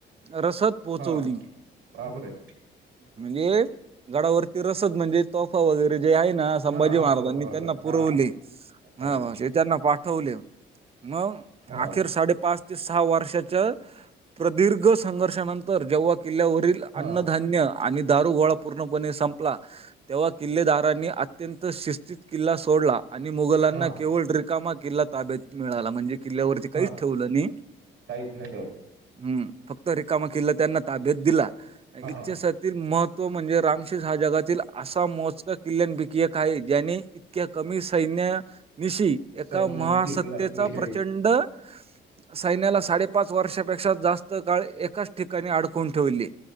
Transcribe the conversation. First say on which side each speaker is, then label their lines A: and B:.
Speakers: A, on the right; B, on the right.
A: रसद पोहोचवली
B: हा काबरए
A: म्हणजे गडावरती रसद म्हणजे, तोफा वगैरे जे आहे ना. संभाजी
B: हा हा
A: महाराजांनी
B: तो पावागर
A: त्यांना पुरवले
B: हा कंदापूर
A: आ स त्यांना पा ठवले मग
B: हा
A: अखेर साडेपाच ते सहा वर्षाच्या प्रदीर्घ संघर्षानंतर जेव्हा किल्ल्यावरील अन्नधान्य
B: हा
A: आणि दारू गोळा पूर्णपणे संपला. तेव्हा किल्लेदारांनी अत्यंत शिस्तीत किल्ला सोडला आणि मुघलांना
B: हा
A: केवळ रिकामा किल्ला ताब्यात मिळाला म्हणजे किल्ल्यावरती काहीच
B: हा
A: ठेवलं नही
B: काहीच नाही ठेवलं
A: हूं फक्त रिकामा किल्ला त्यांना ताब्यात दिला
B: हा
A: इतीस तील महत्त्व म्हणजे रामशेष हा जगातील असा मोजका किल्ल्यान पैकी एक आहे ज्याने इतक्या कमी सैन्या निशी एका
B: सैन्यात
A: महासत्तेचा
B: जिंकला विजयी
A: प्रचंड सैन्याला साडेपाच वर्षापेक्षा जास्त काळ एकाच ठिकाणी अडकून ठूवली.